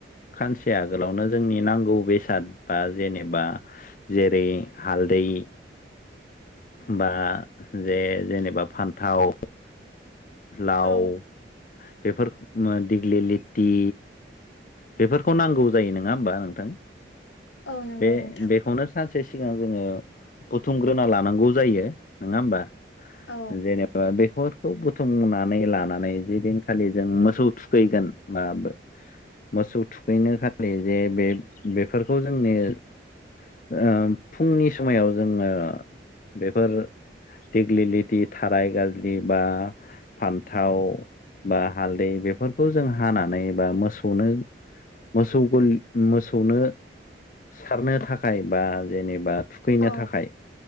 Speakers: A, on the left (about 45°); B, on the left (about 85°).
A: खानसे आगोलावनो जोंनि नांगौ बेसाद बा जेनेबा जेरै हालदै बा जे जेनेबा फान्थाव लाव
B: औ
A: बेफोर दिग्लि लिटि बेफोरखौ नांगौ जायो नङा होमबा नोंथां
B: औ नंगौ
A: बे
B: नोंथां
A: बेखौनो सानसे सिगां जोङो बुथुमग्रोना लानांगौ जायो नङा होमबा
B: औ
A: जेनेबा बेखौ खौ बुथुमनानै लानानै जदिनखालि जों मोसौ थुखैगोन बा मोसौ थुखैनो खालि जे बे बेफोरखौ जोंनि ओ फुंनि समायाव जोङो बेफोर दिगलिलिटि थाराय गाज्रि बा फान्थाव बा हालदै बेफोरखौ जों हानानै बा मोसौ नो सौनो मोसौ मोसौनो सारनो थाखाय बा जेनेबा थुखैनो
B: औ
A: थाखाय